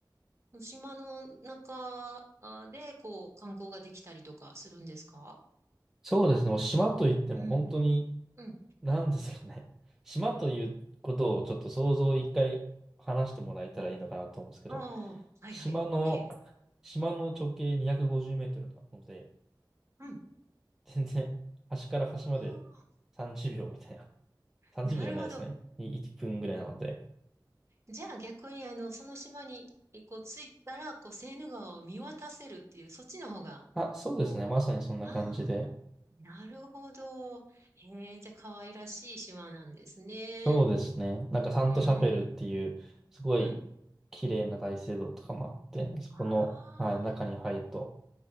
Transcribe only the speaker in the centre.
そうですね。もう島といっても本当に
なんですかね。島ということをちょっと想像を一回話してもらえたらいいのかなと思うんですけど、
島の、
島の直径250メートルなので、
全然端から端まで
30秒みたいな。30秒じゅうびょうじゃないですね。
に1分ぐらいなので。
あ、そうですね。
まさにそんな感じで。
そうですね。なんかサントシャペルっていう、
すごい
綺麗な大聖堂とかもあって、そこの、
はい、中に入ると、